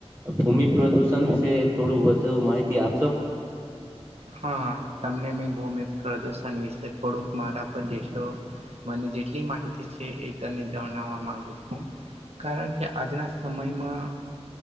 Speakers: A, on the right (about 25°); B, on the right (about 70°).
A: ભૂમિ પ્રદુષણ વિશે થોડું વધધ માહિતી આપશો
B: હા તમને મેં ભૂમિ પ્રદુષણ વિશે થોડુંક મારા પર જેટલું મને જેટલી માહિતી છે એ તને જણાવવા મામાંગુ છુ. કારણ કે આજના સમયમા